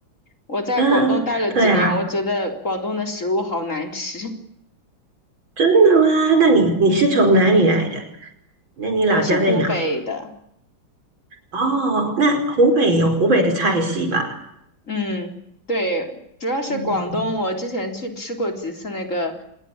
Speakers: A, on the left; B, on the right.
A: 我在广东待了几年，
B: <laughs> 啊，对啊，
A: 我觉得广东的食物好难吃。<laughs>
B: 真的吗？那你你是从哪里来的？
A: 嗯，
B: 那你老家在哪？
A: 我是湖北的，
B: 哦，那湖北有湖北的菜系吧？
A: 嗯，对，主要是广东。
B: 嗯，
A: 我之前去吃过几次那个，